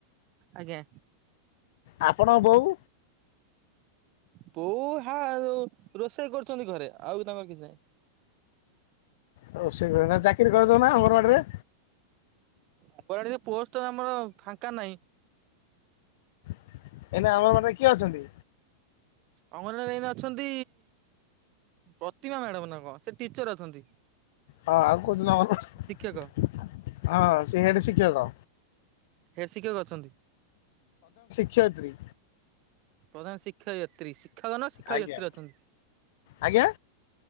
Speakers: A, on the right (about 40°); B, on the left (about 50°).
A: ଆଜ୍ଞା
B: ଆପଣ ବୋଉ
A: ବୋଉ ହାଉ ରୋଷେଇ କରୁଛନ୍ତି ଘରେ, ଆଉ ତାଙ୍କର କିଛି ନାହି।
B: ଚାକିରି କରେଇଦଉନା ଅଙ୍ଗନବାଡିରେ
A: ଅଙ୍ଗନବାଡିରେ ପୋଷ୍ଟ ଆମର ଫାଙ୍କା ନାହିଁ।
B: ଏଇନା ଅଙ୍ଗନ ବାଡ଼ିରେ କିଏ ଅଛନ୍ତି?
A: ଅଙ୍ଗନବାଡ଼ିରେ ଏଇନା ଅଛନ୍ତି ପ୍ରତିମା ମ୍ୟାଡମ ନା କଣ? ସେ ଟିଚର ଅଛନ୍ତି।
B: ହଉ ଆଉ କଉଦିନ ଅଙ୍ଗନ
A: ଶିକ୍ଷକ
B: ହଁ ସେ ହେଡଶିକ୍ଷକ
A: ହେଡ ଶିକ୍ଷକ ଅଛନ୍ତି।
B: ଶିକ୍ଷୟତ୍ରୀ
A: ପ୍ରଧାନଶିକ୍ଷୟତ୍ରୀ, ଶିକ୍ଷକ ନା ଶିକ୍ଷୟତ୍ରୀ
B: ଆଜ୍ଞା।
A: ଅଛନ୍ତି।
B: ଆଜ୍ଞା